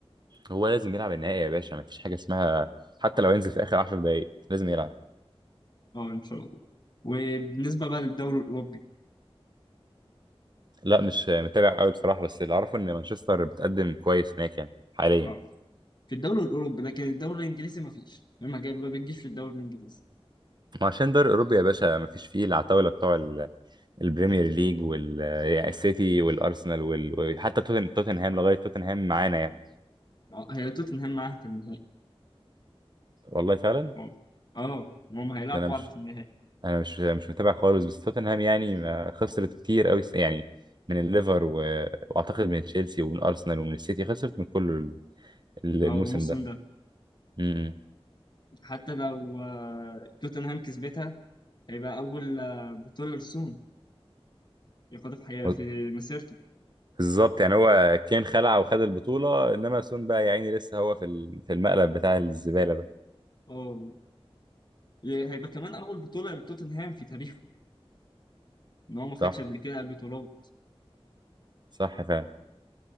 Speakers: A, on the right (about 45°); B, on the left (about 45°).
A: هو لازم يلعب النهائي يا باشا ما فيش حاجه اسمها حتى لو ينزل في اخر 10 دقائق لازم يلعب
B: اه ان شاء الله وبالنسبه بقى للدوري الاوروبي
A: لا مش متابع قوي بصراحة بس اللي أعرفه إن مانشستر بتقدم كويس هناك يعني حاليا
B: اه في الدوري الاوروبي لكن الدوري الانجليزي ما فيش ما جاي- ما بتجيش في الدوري الانجليزي
A: ما عشان دوري أوروبا يا باشا مفيش فيه العتاولة بتوع ال- البريمير ليج وال يعني السيتي والأرسنال وال... وحتى توتن... توتنهام لغاية توتنهام معانا يعني
B: اه هي توتنهام معاها في النهائي
A: والله فعلا
B: اه آه، هم هيلعبوا
A: ده أنا مش
B: بعض في النهائي
A: أنا مش مش متابع خالص بس توتنهام يعني ما خسرت كتير قوي يعني من الليفر و... وأعتقد من تشيلسي ومن أرسنال ومن السيتي خسرت من كل ال-
B: اه
A: الموسم
B: الموسم
A: ده
B: ده
A: م-
B: حتى لو آه، توتنهام كسبتها هيبقى أول آه، بطولة لسون ياخدها في حياته
A: م.
B: في مسيرته
A: بالظبط يعني هو كان خلع وخد البطولة انما سون بقى يا عيني لسه هو في ال- في المقلب بتاع الزبالة ده
B: اه ي- هيبقى كمان أول بطولة لتوتنهام في تاريخه إن هو ما خدش
A: صح
B: قبل كده قبل بطولات
A: صح فعلا